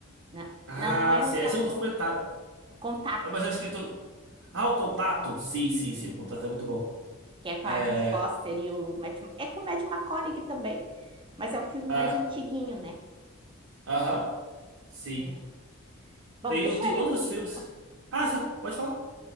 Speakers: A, on the right; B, on the right.
A: né?
B: Ah,
A: Não, não é no
B: sim, esse
A: Pod-
B: é um documentário.
A: Contato.
B: Ah, Mas eu acho que ele tem. um- Ah, o Contato? Sim, sim,
A: Isso.
B: sim, o Contato é muito bom.
A: Que é com
B: É.
A: a Judy Foster e o Matt... É com o Matthew McConaughey também, mas é o filme
B: Ah,
A: mais antiguinho, né?
B: aham, sim.
A: É. Bom,
B: Tem,
A: deixa
B: tem
A: ele
B: outros
A: buscar.
B: filmes. Ah, você pode falar?